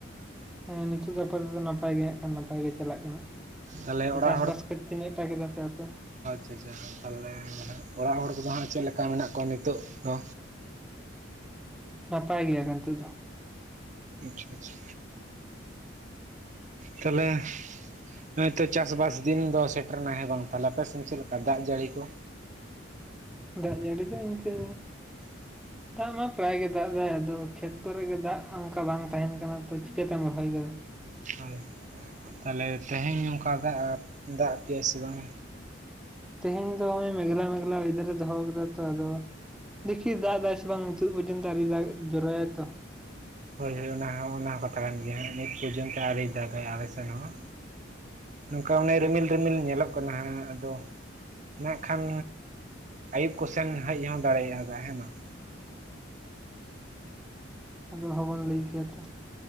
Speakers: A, in the centre; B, on the right (about 40°).
A: ᱦᱮᱸ ᱱᱤᱛᱚᱜ ᱫᱚ ᱟᱯᱟᱛᱚᱛ ᱱᱟᱯᱟᱭ ᱜᱮ ᱦᱮ ᱱᱟᱯᱟᱭ ᱜᱮ ᱪᱟᱞᱟᱜ ᱠᱟᱱᱟ᱾
B: ᱛᱟᱦᱚᱞᱮ ᱚᱲᱟᱜ
A: ᱪᱟᱥ ᱵᱟᱥ ᱠᱚ ᱛᱠᱤᱱ ᱫᱚ ᱟᱹ ᱴᱟ ᱠᱮᱫ ᱫᱟᱯᱮ ᱟᱯᱮ?
B: ᱪᱮᱭᱟ ᱛᱟᱦᱚᱞᱮ ᱦᱟᱜ ᱚᱲᱟᱜ ᱦᱚᱲ ᱠᱚᱫᱚ ᱦᱟᱸᱜ ᱪᱮᱫ ᱞᱮᱠᱟ ᱢᱮᱱᱟᱜ ᱠᱚᱣᱟ ᱱᱤᱛᱳ ᱫᱚ?
A: ᱦ <unintelligible> ᱱᱟᱯᱟᱭ ᱜᱮᱭᱟᱠᱚᱛ ᱱᱤᱛ ᱫᱚ᱾
B: ᱟᱪᱪᱷᱟ ᱟᱪᱪᱷᱟ ᱛᱟᱦᱚᱞᱮᱼᱼ ᱦᱳᱭᱛᱚ ᱪᱟᱥᱵᱥ ᱫᱤᱱ ᱫᱚ ᱥᱮᱴᱮᱨᱱᱟ ᱦᱮᱸ ᱵᱟᱝ ᱛᱟᱦᱚᱞᱮ ᱟᱯᱮᱥᱮᱫ ᱪᱮᱫ ᱞᱮᱠᱟ ᱫᱟᱜ ᱡᱟᱹᱲᱤ ᱠᱚ?
A: ᱫᱟᱜ ᱡᱟᱹᱲᱤ ᱫᱚ ᱤᱱᱠᱟᱹᱼᱼᱼ
B: <unintelligible>
A: ᱫᱟᱜ ᱢᱟ ᱯᱨᱟᱭ ᱜᱮ ᱫᱟᱜ ᱮᱫᱟᱭ ᱟᱫᱚ ᱠᱷᱮᱛ ᱠᱚᱨᱮ ᱜᱮ ᱫᱟᱜ ᱚᱱᱠᱟ ᱵᱟᱝ ᱛᱟᱦᱮᱱ ᱠᱟᱱᱟ ᱛᱚ ᱪᱤᱠᱟᱹᱛᱮᱢ ᱨᱚᱦᱚᱭ ᱜᱚᱫᱟ᱾
B: ᱦᱳᱭ, ᱛᱟᱦᱞᱮ ᱛᱮᱦᱮᱧ ᱱᱚᱝᱠᱟ ᱫᱟᱜ ᱟᱫ ᱯᱮᱭᱟ ᱥᱮ ᱵᱟᱝ?
A: ᱛᱮᱦᱮᱧ ᱫᱚ ᱱᱚᱜᱚᱭ ᱢᱮᱜᱷᱞᱟ ᱢᱮᱜᱽᱞᱟ ᱳᱭᱮᱫᱟᱨ ᱮ ᱫᱚᱦᱚ ᱟᱠᱫᱟ ᱛᱚ ᱟᱫᱚ ᱫᱠᱷᱤ ᱫᱟᱜ ᱮᱫᱟᱭ ᱥᱮ ᱵᱟᱝ ᱱᱤᱛᱚᱜ ᱯᱚᱨᱡᱚᱱᱛᱚ ᱟᱣᱨᱤ ᱫᱟᱜ ᱡᱚᱨᱚᱭᱟᱭ ᱛᱚ᱾
B: ᱦᱳᱭ ᱦᱳᱭ ᱚᱱᱟ ᱚᱱᱟ ᱦᱚᱸ ᱠᱟᱛᱷᱟ ᱠᱟᱱ ᱜᱮᱭᱟ ᱦᱟᱸᱜ ᱱᱤᱛ ᱯᱚᱨᱡᱚᱱᱛᱚ ᱟᱣᱨᱤ ᱫᱟᱜᱟᱭ ᱟᱞᱮ ᱥᱮᱱ ᱦᱚᱸ᱾ ᱱᱚᱝᱠᱟ ᱚᱱᱮ ᱨᱤᱢᱤᱞ ᱨᱤᱢᱤᱞ ᱧᱮᱞᱚᱜ ᱠᱟᱱᱟ ᱦᱟᱸᱜ ᱟᱫᱚ᱾ ᱢᱮᱱ ᱠᱷᱟᱱ ᱟᱹᱭᱩᱵ ᱠᱚᱥᱮᱱ ᱦᱮᱡ ᱦᱚᱸ ᱫᱟᱲᱮᱭᱟᱜ-ᱟ ᱫᱟᱜ ᱦᱮᱸ ᱵᱟᱝ?
A: ᱟᱫᱚ ᱦᱚᱸᱵᱚᱱ ᱞᱟᱹᱭ ᱠᱮᱭᱟ ᱛᱚ᱾